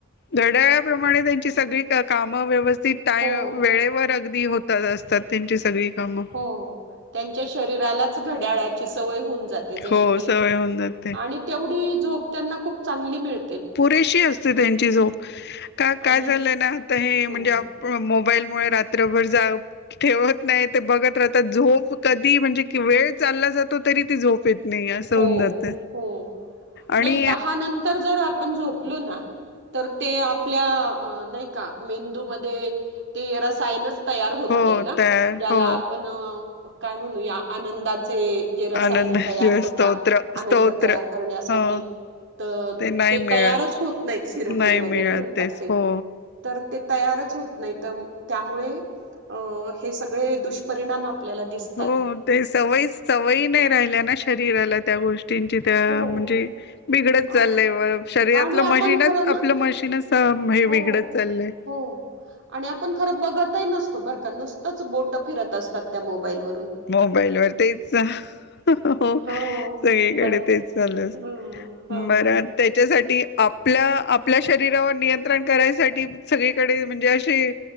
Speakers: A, on the left; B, on the right.
A: घड्याळप्रमाणे त्यांची सगळी क काम व्यवस्थित टाईम
B: हो
A: वेळेवर अगदी होत तज असतात त्यांची सगळी कामं
B: हो त्यांच्या शरीरालाच घड्याळाची सवय होऊन जात ते जशी
A: हो
B: काई
A: सवय होऊन जाते
B: आणि तेवढी झोप त्यांना खूप चांगली मिळ
A: पुरेशी असते त्यांची झोप का काय
B: आणि
A: चाललंय ना आता हे म्हणजे
B: ह
A: आप प मोबाईलमुळे रात्रभर जाग ठेवत नाही ते बघत राहतात झोप कधी म्हणजे की वेळ चालला जातो तरी ती झोप येत नाही असं
B: हो
A: होऊन जात
B: हो
A: आणि
B: नाही दहा नंतर जर आपण झोपलो ना तर ते आपल्या नय का मेंदूमध्ये ते रसायनच तयार होत
A: हो
B: नाही ना
A: तयार
B: ज्याला
A: हो
B: आपण काय म्हणूया आनंदाचे जे रसायन
A: आनंदाचे
B: तयार होता
A: स्तोत्र स्तोत्र
B: आनंद तयार करण्यासाठी
A: हो
B: त
A: नाही
B: ते
A: मिळत
B: तयारच होत नाहीत सिरोटीन
A: नाही
B: वगैरे
A: मिळत
B: म्हणतात
A: तेच
B: ते
A: हो
B: तर ते तयारच होत नाही तमं त्यामुळे अ हे सगळे दुष्परिणाम आपल्याला दिस
A: हो ते सवयीच सवयी नाय राहिल्या ना शरीराला त्या गोष्टींची त्या
B: हो
A: म्हणजे बिघडत चाललंय
B: आ
A: म शरीरातलं
B: आणि आपण
A: मशीनच
B: खरं ना
A: आपलं मशीनच अ हे
B: हो
A: बिघडत चाललंय.
B: हो आणि आपण खरं बघत ही नसतो बरं का नुसतंच बोट फिरत असतात त्या मोबाईलवरून
A: मोबाईल वर तेच हो सगळीकडे
B: हो बरं
A: तेच चालु ये.
B: ह ह
A: बरा त्याच्यासाठी आपल्या आपल्या शरीरावर नियं त्रण करायसाठी सगळीकडे म्हणजे असे